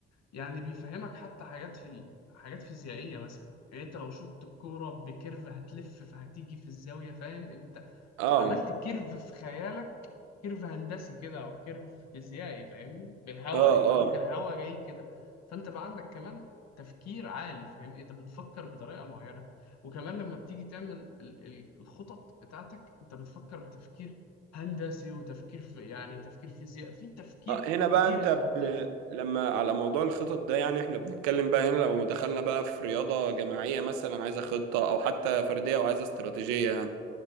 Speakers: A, on the left; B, on the right.
A: يعني بيفهمك حتى حاجات في ال... حاجات فيزيائية مثلا يعني انت لو شطت الكورة بكيرف هتلف فهتيجي في الزاوية فاهم انت
B: اه
A: عملت كيرف في خيالك كيرف هندسي كده او كيرف فيزيائي فاهمني بالهواء
B: اه
A: انت قلت
B: آه.
A: الهواء جاي كده فانت بقى عندك كمان تفكير عالي فاهمني انت بتفكر بطريقة معينة وكمان لما بتيجي تعمل ال- ال- الخطط بتاعتك انت بتفكر بتفكير هندسي وتفكير في يعني تفكير فيزياء في تفكير
B: اه هنا بقى
A: كبير
B: انت
A: انت حطيته
B: ب... لما على موضوع الخطط ده يعني احنا بنتكلم بقى هنا لو دخلنا بقى في رياضة جماعية مثلا عايزة خطة او حتى فردية وعايزة استراتيجية يعني